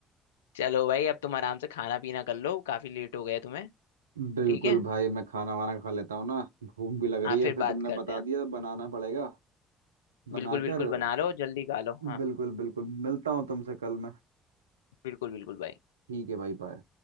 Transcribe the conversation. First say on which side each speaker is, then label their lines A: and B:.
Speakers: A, on the left; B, on the right.
A: चलो भाई अब तुम आराम से खाना पीना कर लो काफी लेट हो गया तुम्हें
B: बिल्कुल
A: ठीक है
B: भाई मैं खाना वाना खा लेता हूँ ना भूख भी लग रही
A: आप फिर
B: है फिर
A: बात
B: तुमने
A: करते
B: बता
A: हैं
B: दिया तो बनाना पड़ेगा बनाकर
A: बिल्कुल बिल्कुल बना लो और जल्दी खा लो हाँ
B: बिल्कुल बिल्कुल मिलता हूँ तुमसे कल मैं
A: बिल्कुल बिल्कुल भाई
B: ठीक है भाई बाय